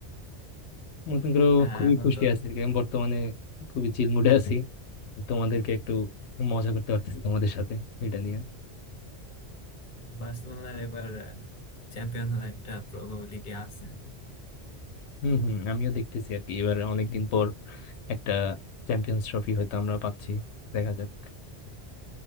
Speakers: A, on the left; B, on the left.
A: মনে করো
B: হ্যাঁ
A: খুবই
B: এখন
A: খুশি
B: তো
A: আছি আর কি। আমি বর্তমানে খুবই চিল মুডে আছি তোমাদেরকে একটু মজা করতে পারতেছি তোমাদের সাথে এটা নিয়ে
B: বার্সেলোনার এবার চ্যাম্পিয়ন হওয়ার একটা প্রবাবিলিটি আছে
A: হম হম আমিও দেখতেছি আর কি এবার অনেকদিন পর একটা চ্যাম্পিয়ন্স ট্রফি হয়তো আমরা পাচ্ছি দেখা যাক